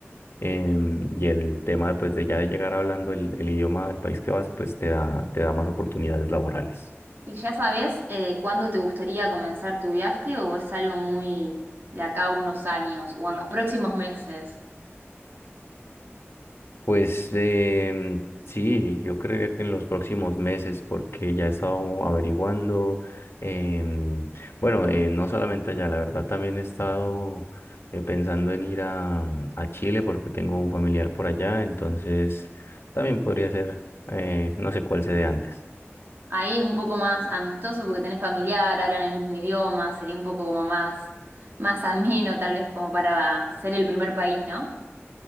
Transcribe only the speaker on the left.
Em, y el tema, pues, de ya de llegar hablando el, el idioma del país que vas, pues te da, te da más oportunidades laborales.
Pues eh, sí, yo creería que en los próximos meses, porque ya he estado averiguando, em, bueno, eh, no solamente allá, la verdad también he estado eh, pensando en ir a, a Chile porque tengo un familiar por allá, entonces también podría ser, eh, no sé cuál se dé antes.